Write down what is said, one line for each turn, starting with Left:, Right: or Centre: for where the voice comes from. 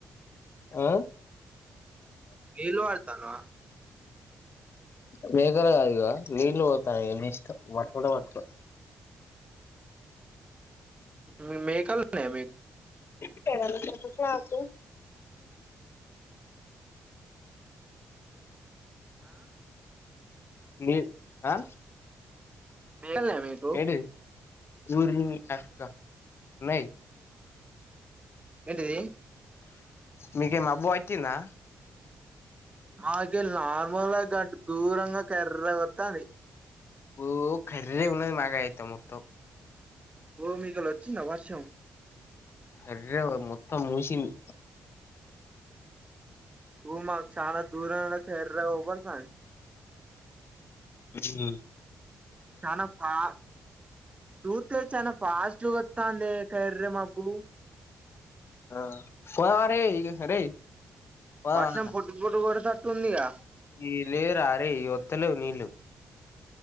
Left: ఆ
Right: నీళ్ళు వాడుతానవా
Left: బేగరగా ఇగ నీళ్లు పోతాన్నాయి నీ ఇష్ట వట్టుకుంటే వట్టుకో
Right: మె మేకల్ ఉన్నయ మీక్
Left: <unintelligible> నాకు
Right: ఆ
Left: లేదు ఆ
Right: <unintelligible> మీ
Left: ఏడి <unintelligible> అక్క నై
Right: ఏంటిది
Left: మీకి మబ్బు వట్టిందా
Right: మాకేళ్ళి నార్మల్ గటు దూరంగా కర్రె గొత్తాది
Left: ఓ కర్రె గున్నాది మాకయితే మొత్తం
Right: ఓ మీకెళ్ళి ఒచ్చింద వర్షం
Left: కర్రె గా మొత్తం మూషింది
Right: ఓ మాకు చానా దూరానా కర్రె గా ఒవపడతా
Left: ఉమ్
Right: చానా ఫా చూత్తే చానా ఫాస్ట్ గొత్తాందే కర్రె మబ్బులు
Left: ఆ పోదామా
Right: వర్షం పుటుకు పుటుకు కొడతట్టుందిగా
Left: ఈ లేరా అరేయి ఒత్తలేవు నీల్లు